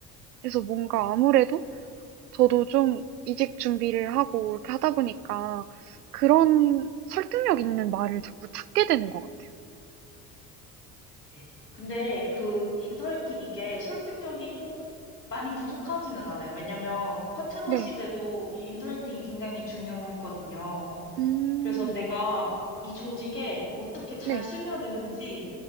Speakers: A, on the right; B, on the left.
A: 그래서 뭔가 아무래도 저도 좀 이직 준비를 하고 이렇게 하다 보니까 그런 설득력 있는 말을 자꾸 찾게 되는 것 같아요.
B: 네. 근데 그 인터랙팅
A: 네.
B: 이게 설득력이 꼭 많이 부족하지는 않아요. 왜냐면 파트너십에도
A: 네.
B: 이 인터랙팅이 굉장히 중요했거든요.
A: 음,
B: 그래서 내가 이 조직에 어떻게 잘
A: 네,
B: 스며드는지가